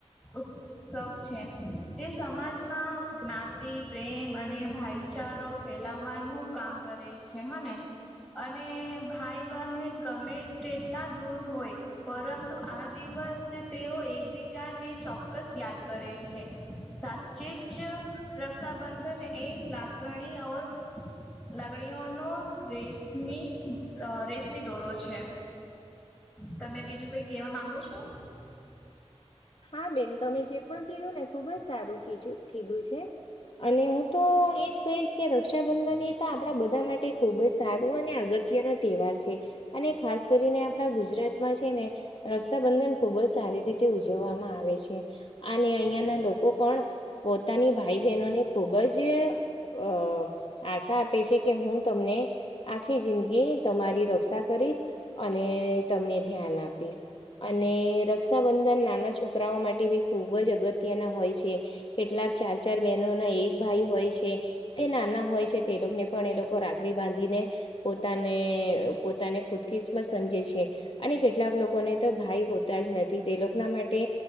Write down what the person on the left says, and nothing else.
હા બેન તમે જે પણ કીધું ને ખુબ જ સારું કીધું કીધું છે, અને હું તો એજ કહીશ કે રક્ષાબંધન એ તો આપણા બધા માટે ખુબ જ સારું અને અગત્યના તહેવાર છે, અને ખાસ કરીને આપણા ગુજરાતમાં છે, ને રક્ષાબંધન ખુબ જ સારી રીતે ઉજવામાં આવે છે, અને અહિયાં ના લોકો પણ પોતાની ભાઈ બહેનોને ખૂબ જ અ આશા આપે છે, કે હું તમને આખી જિંદગી તમારી રક્ષા કરીશ અને તમને ધ્યાન આપી પીસ અને રક્ષાબંધન ના નાના છોકરાઓ માટે બી ખુબજ અગત્યના હોય છે. કેટલાક ચાર ચાર બેનો ના એક ભાઈ હોય છે. તે નાના હોય છે તે લોકોને પણ એ લોકો રાખડી બાંધીને પોતાને પોતાને ખુશકિશમત સમજે છે. અને કેટલાક લોકોને તો ભાઈ હોતા જ નથી તે લોકના માટે તે